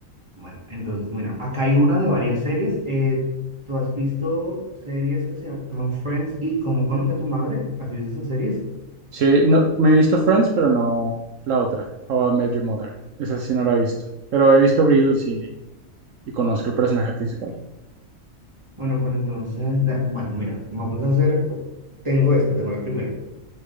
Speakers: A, on the right; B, on the right.
A: Bueno, entonces mira, acá hay una de varias series. eh, ¿tú has visto series que se llaman Friends y Cómo conoce a tu madre? ¿Has visto esas series?
B: Sí, no, me he visto Friends, pero no la otra. How I Met Your Mother. Esa sí no la he visto. Pero he visto Reels y, y conozco el personaje principal.
A: Bueno, pues entonces, da- bueno, mira, vamos a hacer, tengo esta, tengo la primera.